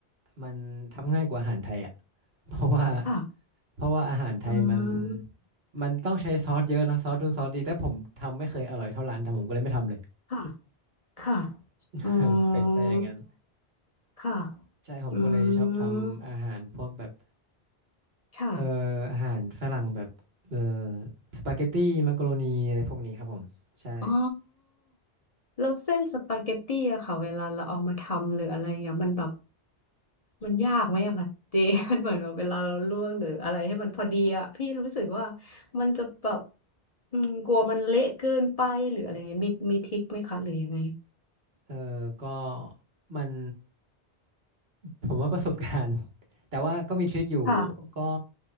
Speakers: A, on the right; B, on the left.
A: มันทำง่ายกว่าอาหารไทยอ่ะเพราะว่า
B: ค่ะ
A: เพราะว่าอาหารไทยมัน
B: อืม
A: มันต้องใช้ซอสเยอะเนอะซอสนู่นซอสดีแต่ผมทำไม่เคยอร่อยเท่าร้านทำผมก็เลยไม่ทำเลย
B: ค่ะค่ะ
A: <laughs>
B: อ๋อ
A: เออเป็ดซะอย่างนั้น
B: ค่ะ
A: ใช่ผมก็เลยชอบทำอาหารพวกแบบ
B: อืมค่ะ
A: เอ่ออาหารฝรั่งแบบเอ่อสปาเกตตี้มักโรนีอะไรพวกนี้ครับผมใช่
B: อ๋อแล้วเส้นสปาเกตตี้อะค่ะ เวลาเราเอามาทำหรืออะไรเงี้ยมันแบบมันยากไหมอะแบบเจ <laughs> มันเหมือนว่าเวลาเราลวกหรืออะไรให้มันพอดีอะพี่รู้สึกว่ามันจะแบบอืมกลัวมันเละเกินไปหรืออะไรเงี้ยมีมีทริคไหมคะหรือยังไง
A: เออก็มันผมว่าประสบการณ์ <laughs> แต่ว่าก็มีทริคอยู่
B: ค่ะ
A: ก็